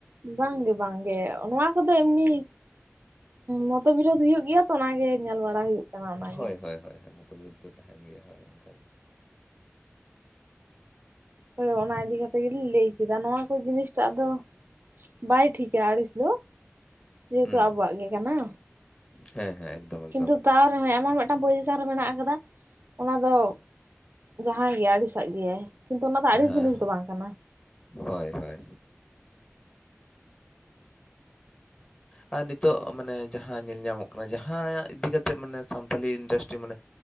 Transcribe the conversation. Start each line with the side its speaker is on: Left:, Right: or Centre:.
Right: ᱵᱟᱝᱜᱮ ᱵᱟᱝᱜᱮ ᱱᱚᱣᱟ ᱠᱚᱫᱚ ᱮᱢᱱᱤ᱾ ᱢᱚᱛᱚᱵᱤᱞᱟ. ᱛ ᱦᱩᱭᱩᱜ ᱜᱮᱭᱟ ᱛᱚ ᱚᱱᱟ ᱜᱮ ᱧᱮᱞ ᱵᱟᱲᱟ ᱦᱩᱭᱩᱜ᱾ ᱠᱟᱱᱟ ᱚᱱᱟᱜᱮ
Left: ᱦᱳᱭ ᱦᱳᱭ ᱦᱳᱭ ᱢᱚᱛᱚᱵᱤᱞᱟ. ᱛ ᱫᱚ ᱛᱟᱦᱮᱱ ᱜᱮᱭᱟ ᱦᱳᱭ ᱚᱱᱠᱟᱜᱮ᱾
Right: ᱦᱳᱭ ᱚᱱᱟ ᱤᱫᱤ ᱠᱟᱛᱮᱜ ᱜᱮᱞᱤᱧ ᱞᱟᱹᱭ ᱠᱮᱫᱟ ᱱᱚᱣᱟ ᱠᱚ ᱡᱤᱱᱤᱥᱴᱟᱜ ᱫᱚ᱾ ᱵᱟᱭ ᱴᱷᱤᱠᱟ ᱟᱲᱤᱥ ᱫᱚ ᱡᱮᱦᱮᱛᱩ
Left: ᱦᱩᱸ
Right: ᱟᱵᱚᱣᱟᱜ ᱜᱮ ᱠᱟᱱᱟ᱾
Left: ᱦᱮᱸ ᱦᱮᱸ᱾ ᱮᱠᱫᱚᱢ
Right: ᱠᱤᱱᱛᱩ ᱛᱟᱣ ᱨᱮᱦᱚᱸ ᱮᱢᱚᱱ ᱢᱤᱫᱴᱟᱝ ᱯᱚᱡᱤᱥᱮᱱ ᱨᱮ ᱢᱮᱱᱟᱜ ᱟᱠᱟᱫᱟ ᱚᱱᱟ ᱫᱚ᱾ ᱡᱟᱦᱟᱸᱭ ᱜᱮ ᱟᱹᱲᱤᱥᱟᱜ ᱜᱮᱭᱟᱭ ᱠᱤᱱᱛᱩ ᱚᱱᱟ ᱫᱚ ᱟᱹᱲᱤᱥ
Left: ᱦᱮᱸ
Right: ᱡᱤᱱᱤᱥ ᱫᱚ ᱵᱟᱝ ᱠᱟᱱᱟ᱾
Left: ᱦᱳᱭ ᱦᱳᱭ᱾ ᱟᱨ ᱱᱤᱛᱚᱜ ᱢᱟᱱᱮ ᱡᱟᱦᱟᱸ ᱧᱮᱞ ᱧᱟᱢᱚᱜ ᱠᱟᱱᱟ ᱡᱟᱦᱟᱸ ᱤᱫᱤ ᱠᱟ ᱠᱟᱛᱮ ᱢᱟᱱᱮ ᱥᱟᱱᱛᱟᱞᱤ ᱤᱱᱰᱟᱥᱴᱨᱤ ᱢᱟᱱᱮ᱾